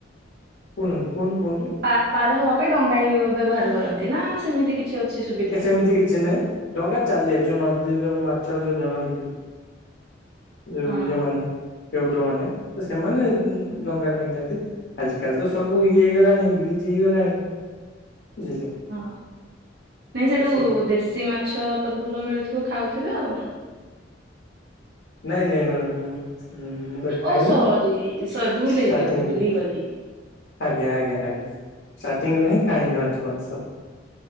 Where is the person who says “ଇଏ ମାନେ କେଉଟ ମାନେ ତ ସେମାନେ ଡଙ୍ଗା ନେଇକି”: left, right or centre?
Left